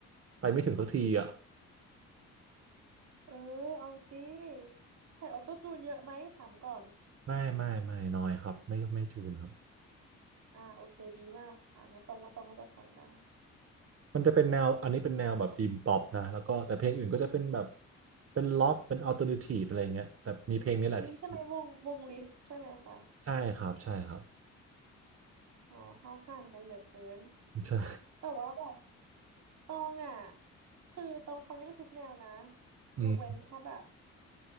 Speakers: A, on the right; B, on the right.
A: ไปไม่ถึงสักทีอ่ะ
B: เออเอาสิใส่ออโต้จูนเยอะไหมถามก่อน
A: ไม่ไม่ไม่น้อยครับไม่ไม่จูนครับ
B: อ่าโอเคดีมากค่ะงั้นตรงว่าตรงก็จะฟังได้
A: มันจะเป็นแนวอันนี้เป็นแนวแบบอีมป๊อปนะแล้วก็แต่เพลงอื่นก็จะเป็นแบบเป็นล็อกเป็นอัลเทอร์เนทีฟอะไรอย่างเงี้ยแต่มีเพลงนี้แหละที่
B: อันนี้ใช่ไหมวงวงลิสต์ใช่ไหมคะ
A: ใช่ครับใช่ครับ
B: อ๋อเข้าห่างกันเหลือเกิน
A: <laughs> ใช่
B: แต่ว่าแบบตองอ่ะคือตองฟังได้ทุกแนวนะ
A: อืม
B: ยกเว้นแค่แบบ